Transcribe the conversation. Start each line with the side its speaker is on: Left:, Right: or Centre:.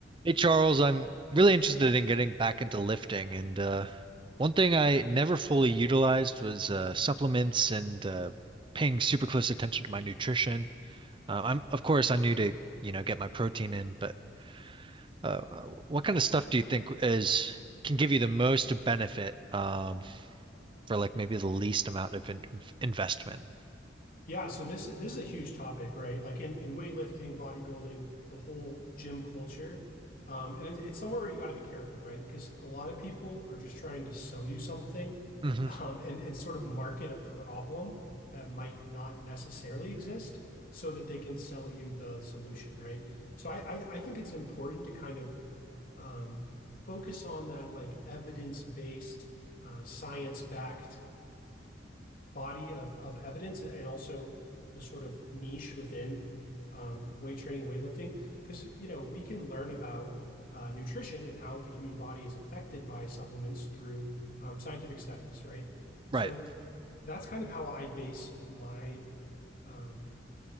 Right: Hey Charles, I'm really interested in getting back into lifting, and uh, one thing I never fully utilized was uh, supplements and uh, paying super close attention to my nutrition. Uh, I'm, of course, I knew to, you know, get my protein in, but uh, what kind of stuff do you think is can give you the most benefit um, for like maybe the least amount of in of investment?
Left: Yeah, so this this is a huge topic, right? Like in in weightlifting, bodybuilding, the whole gym culture, um, and it's, it's somewhere where you got to be careful, right? Because a lot of people are just trying to sell you something,
Right: hmm
Left: <laughs> um, and and sort of market a problem that might not necessarily exist, so that they can sell you the solution, right? So I I, I think it's important to kind of um, focus on that like evidence-based, uh, science-backed body of of evidence and also the sort of niche within um, weight training and weightlifting. Because, you know, we can learn about uh, nutrition and how the human body is affected by supplements through um, scientific studies, right? So
Right: Right,
Left: that's kind of how I base my um,